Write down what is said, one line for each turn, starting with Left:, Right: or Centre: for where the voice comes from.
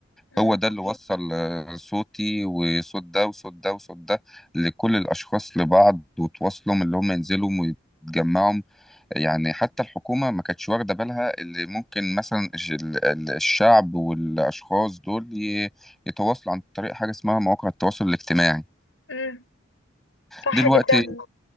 Left: مم.
Centre: هو ده اللي وصل آه، صوتي وصوت ده وصوت ده وصوت ده لكل الاشخاص لبعض وتواصلهم اللي هم ينزلوا ويتجمعوا يعني حتى الحكومة ما كانتش واخدة بالها اللي ممكن مثلا الش- ال- ال- الشعب والأشخاص دول ي- يتواصلوا عن طريق حاجة اسمها مواقع التواصل الاجتماعي
Left: امم صح
Centre: دلوقتي
Left: جدا